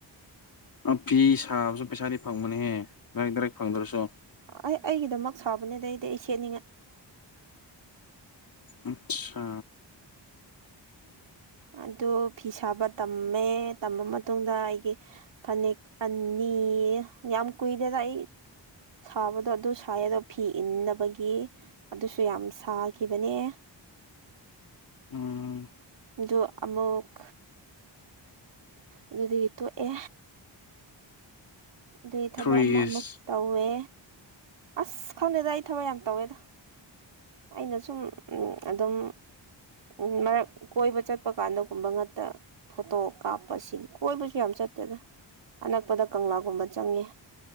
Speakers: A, on the left; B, on the right.
A: ꯑ ꯐꯤ ꯁꯥꯕꯁꯨ ꯄꯩꯁꯥꯗꯤ ꯐꯪꯕꯅꯦꯍꯦ ꯗꯥꯏꯔꯤꯛ ꯗꯥꯏꯦꯛ ꯐꯪꯗ꯭ꯔꯁꯨ꯫
B: ꯑꯩ ꯑꯩꯒꯤꯗꯃꯛ ꯁꯥꯕꯅꯦꯗ ꯑꯩꯗꯤ ꯑꯩ ꯁꯦꯠꯅꯤꯡꯉꯥꯏ꯫
A: ꯑꯆꯥ
B: ꯑꯗꯨ ꯐꯤ ꯁꯥꯕ ꯇꯝꯃꯦ ꯇꯃ ꯃꯇꯨꯡꯗ ꯑꯩꯒꯤ ꯐꯅꯦꯛ ꯑꯅꯤ ꯌꯥꯝ ꯀꯨꯏꯔꯦꯗ ꯑꯩ ꯁꯥꯕꯗꯣ ꯑꯗꯨ ꯁꯥꯏꯌꯦ ꯑꯗꯣ ꯐꯤ ꯏꯟꯗꯕꯒꯤ ꯑꯗꯨꯁꯨ ꯌꯥꯝ ꯁꯥꯈꯤꯕꯅꯦ꯫
A: ꯎꯝ
B: ꯑꯗꯣ ꯑꯃꯨꯛ ꯑꯗꯨꯗꯤ ꯇꯣꯛꯑꯦ ꯑꯗꯨꯏ ꯊꯕꯛ
A: ꯊ꯭ꯔꯤ
B: ꯑꯃ ꯑꯃꯨꯛ
A: ꯏꯁ
B: ꯇꯧꯋꯦ ꯑꯁ ꯈꯪꯗꯦꯗ ꯑꯩ ꯊꯕꯛ ꯌꯥꯝ ꯇꯧꯋꯦꯗ ꯑꯩꯅ ꯁꯨꯝ ꯑꯗꯨꯝ ꯎ ꯃꯔꯛ ꯀꯣꯏꯕ ꯆꯠꯄ ꯀꯥꯟꯗꯒꯨꯝꯕ ꯉꯥꯛꯇ ꯐꯣꯇꯣ ꯀꯥꯞꯄ ꯁꯤꯅꯤ ꯀꯣꯏꯕꯁꯨ ꯌꯥꯝ ꯆꯠꯇꯦꯗ ꯑꯅꯛꯄꯗ ꯀꯪꯂꯥꯒꯨꯝꯕ ꯆꯪꯉꯦ꯫